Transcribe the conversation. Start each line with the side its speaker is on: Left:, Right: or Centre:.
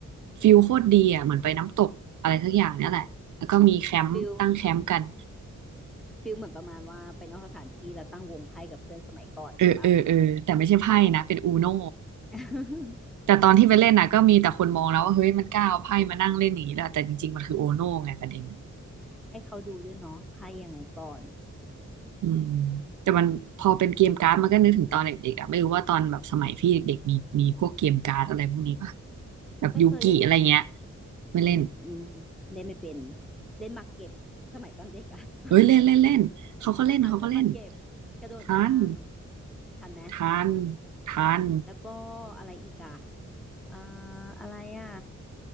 Right: ฟิลโคตรดีอ่ะเหมือนไปน้ำตกอะไรสักอย่างเนี่ยแหละแล้วก็มีแคมป์ตั้งแคมป์กัน
Centre: ฟิลฟิลเหมือนประมาณว่าไปนอกสถานที่แราตั้งวงไพ่กับเพื่อนสมัยก่อนใช่ปะ
Right: เออเออเออแต่ไม่ใช่ไพ่นะเป็นอูโน่
Centre: <laughs>
Right: แต่ตอนที่ไปเล่นนะก็มีแต่คนมองแล้วว่าเฮ้ยมันกล้าเอาไพ่มานั่งเล่นอย่างนี้แล้วแต่จริงๆมันคืออูโน่ไงประเด็น
Centre: ให้เขาดูด้วยเนาะไพ่ยังไงก่อน
Right: อืมแต่มันพอเป็นเกมการ์ดมันก็นึกถึงตอนเด็กๆอ่ะไม่รู้ว่าตอนแบบสมัยพี่เด็กๆมีมีพวกเกมการ์ดอะไรพวกนี้ป่ะแบบยูกิอะไรเงี้ย
Centre: ไม่เคยเล่น
Right: ไม่เล่น
Centre: อืมอืมเล่นไม่เป็นเล่นหมากเก็บสมัยตอนเด็กอะ <laughs> หมากเก็บ
Right: เฮ้ยเล่นเล่นเล่นเขาก็เล่นเขาก็เล่น
Centre: <laughs> ทันไหมหมากเก็บกระโดดยาง
Right: ทาน
Centre: ทันไหม
Right: ทันทัน
Centre: แล้วก็อะไรอีกอะอ่าอะไรอะ